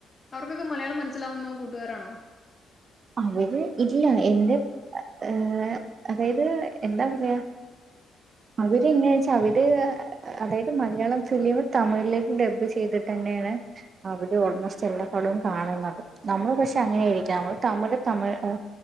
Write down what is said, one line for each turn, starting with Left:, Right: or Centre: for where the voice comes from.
Left: അവർക്കൊക്കെ മലയാളം മനസ്സിലാവുന്ന കൂട്ടുകാരാണോ?
Right: അവര് ഇല്ല. എന്റെ ഏഹ് അതായത് എന്താ പറയാ? അവര് എങ്ങേച്ചാ. അവര് അതായത് മലയാളം ഫിലിം തമിഴിലേക്ക് ഡബ് ചെയ്തിട്ടന്നേണ്. അവര് ഓൾമോസ്റ്റ് എല്ലാ പടവും കാണ് ണത്. നമ്മള് പക്ഷെ അങ്ങനെയിരിക്കാം. തമിഴ് തമിഴ് ആഹ്